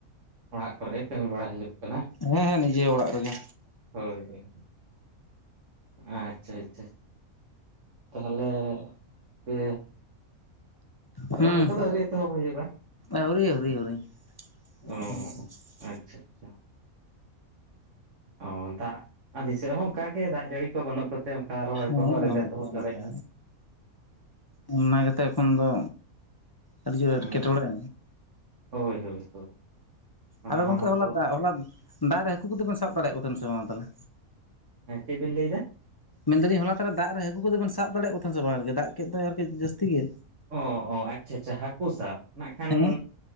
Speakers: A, on the right; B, on the left.
A: ᱚᱲᱟᱜ ᱠᱚᱨᱮ ᱠᱟᱹᱢᱤ ᱵᱟᱲᱟᱭ ᱦᱩᱭᱩᱜ ᱠᱟᱱᱟ᱾
B: ᱦᱮᱸ ᱦᱮᱸ ᱱᱤᱡᱮ ᱚᱲᱟᱜ ᱨᱮᱜᱮ᱾
A: ᱦᱳᱭ ᱦᱳᱭ᱾ ᱦᱮᱸ ᱟᱪᱪᱷᱟ ᱟᱪᱪᱷᱟ, ᱛᱟᱦᱚᱞᱮ ᱯᱮ
B: ᱦᱩᱸ,
A: ᱨᱚᱦᱚᱭ ᱠᱚᱫᱚ ᱟᱹᱣᱨᱤ ᱮᱛᱚᱦᱚᱵ ᱦᱩᱭᱩᱜᱼᱟ
B: ᱟᱹᱣᱨᱤ ᱟᱹᱣᱨᱤ ᱟᱹᱣᱨᱤ᱾ <unintelligible>
A: ᱚ ᱟᱪᱪᱷᱟ ᱟᱪᱪᱷᱟ᱾ ᱚ ᱫᱟᱜ ᱟᱹᱞᱤᱧ ᱥᱮᱫ ᱦᱚᱸ ᱚᱱᱠᱟ ᱜᱮ ᱫᱟᱜ ᱡᱟᱹᱲᱤ ᱠᱚ ᱵᱟᱹᱱᱩᱜ ᱠᱟ ᱛᱮ ᱚᱱᱠᱟ ᱨᱚᱦᱚᱭ
B: ᱦᱮᱸ
A: ᱠᱚᱦᱚᱸ ᱟᱹᱣᱨᱤ
B: ᱜᱚᱝᱠᱮ
A: ᱞᱮ ᱮᱛᱚᱦᱚᱵ
B: ᱚᱱᱠᱟ
A: ᱫᱟᱲᱮᱜᱼᱟ᱾
B: ᱚᱱᱟ ᱜᱮᱛᱚ ᱮᱠᱷᱚᱱ ᱫᱚ ᱟᱹᱰᱤ ᱡᱳᱨ
A: ᱦᱩᱸ
B: ᱮᱴᱠᱮᱴᱚᱬᱮ᱾
A: ᱦᱳᱭ ᱦᱳᱭ ᱦᱳᱭ᱾ ᱚᱱᱟ
B: ᱟᱫᱚ
A: ᱦᱚᱸ
B: ᱜᱚᱝᱠᱮ
A: ᱢᱟᱛᱚ
B: ᱦᱚᱞᱟ ᱦᱚᱞᱟ ᱫᱟᱜ ᱨᱮ ᱦᱟᱹᱠᱩ ᱠᱚᱫᱚ ᱵᱮᱱ ᱥᱟᱵ ᱫᱟᱲᱮᱭᱟᱜ ᱠᱚ ᱛᱟᱦᱮᱱ ᱥᱮ ᱵᱟᱝᱟ ᱛᱟᱦᱚᱞᱮ
A: ᱦᱮᱸ ᱪᱮᱫ ᱵᱤᱱ ᱞᱟᱹᱭ ᱫᱟ
B: ᱢᱮᱱ ᱫᱟᱞᱤᱧ ᱦᱚᱞᱟ ᱛᱟᱦᱟᱞᱮ ᱫᱟᱜ ᱨᱮ ᱦᱟᱹᱠᱩ ᱠᱚᱫᱚᱵᱮᱱ ᱥᱟᱵ ᱫᱟᱲᱮᱭᱟᱜ ᱠᱚ ᱛᱟᱦᱮᱸᱱ ᱥᱮ ᱵᱟᱝ ᱟᱨᱠᱤ ᱫᱟᱜ ᱠᱮᱫ ᱫᱚ ᱟᱨᱠᱤ ᱡᱟᱹᱥᱛᱤ ᱜᱮ
A: ᱚ ᱚ ᱟᱪᱪᱷᱟ ᱟᱪᱪᱷᱟ ᱦᱟᱹᱠᱩ ᱥᱟᱵ ᱱᱟᱜ ᱠᱷᱟᱱ
B: ᱦᱮᱸ